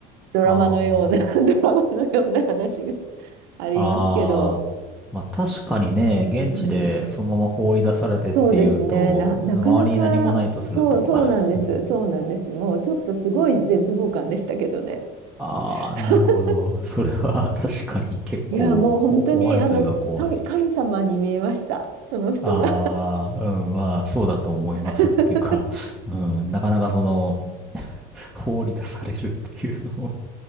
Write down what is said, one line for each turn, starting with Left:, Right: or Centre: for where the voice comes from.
Right: ドラマのような、
Centre: ああ。
Right: <laughs> ドラマのような話が。ありますけど、
Centre: ああ。まあ確かにね、
Right: うん、
Centre: 現地でそのまま放り出されてっていうと、
Right: そうですね、な、なかなか、
Centre: 周りに何もないとすると、
Right: そう、そうなんです、
Centre: <laughs>
Right: そうなんです。もうちょっとすごい絶望感でしたけどね。
Centre: ああ、
Right: <laughs>
Centre: なるほど。それは <laughs> 確かに結構こ怖いといえば怖い。
Right: いや、もう本当に、あの、神、神様に見えました、その人が。
Centre: ああ、うん、まあそうだと思いますっていうか、
Right: <laughs>
Centre: うん、なかなかその、<laughs> 放り出されるっていうのを